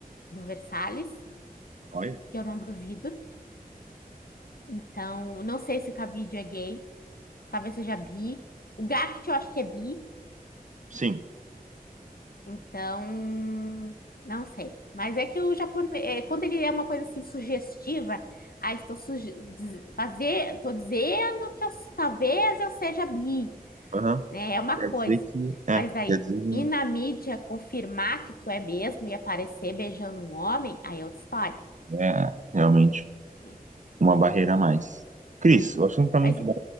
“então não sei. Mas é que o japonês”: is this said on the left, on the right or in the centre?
Left